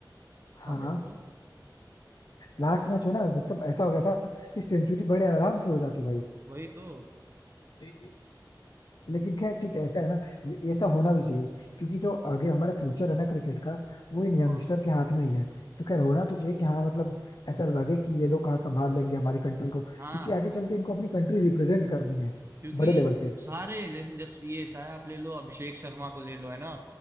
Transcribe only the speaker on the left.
हाँ
लास्ट मैच में ना मतलब ऐसा हो गया था कि सेंचुरी बड़े आराम से हो जाती
भाई लेकिन खैर ठीक है ऐसा है ना ये ये ऐसा होना भी चाहिए क्योंकि जो आगे हमारा फ्यूचर है ना क्रिकेट का वो इन यंगस्टर
के हाथ में ही है तो खैर होना तो चाहिए कि हाँ मतलब ऐसा लगे कि ये लोग हाँ संभाल लेंगे हमारी कंट्री को
क्योंकि आगे चल के इनको अपनी कंट्री रिप्रेजेंट करनी है
बड़े लेवल पे